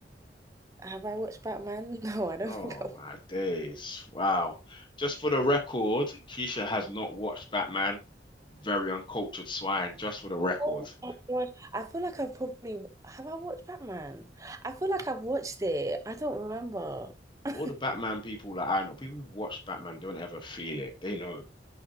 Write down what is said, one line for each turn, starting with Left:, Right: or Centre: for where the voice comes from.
Right: Have I watched Batman? <laughs> No, I don't
Left: Oh
Right: think I
Left: my days! Wow. Just for the record, Keisha has not watched Batman. Very uncultured swine. Just for the record.
Right: Oh my gosh. I feel like I've probably w- have I watched Batman? I feel like I've watched it. I don't remember. <laughs> I
Left: all the Batman people that I know, people who've watched Batman don't ever feel it. They know.